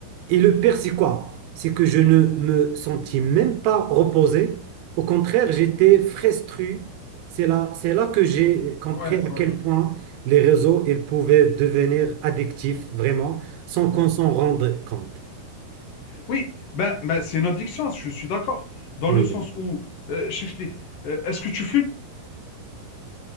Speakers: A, on the right; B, on the left.
A: et le pire, c'est quoi? C'est que je ne me sentis même pas reposé. Au contraire, j'étais frustré. C'est là, c'est là que j'ai
B: Mm,
A: compris
B: Ouais, ouais,
A: à quel
B: ouais,
A: point les réseaux, ils pouvaient devenir addictifs, vraiment, sans
B: ouais.
A: qu'on s'en rende compte.
B: Oui, ben, ben, c'est une addiction, je suis d'accord. Dans
A: Oui.
B: le sens où, euh, je t'explique, Euh, est-ce que tu fumes?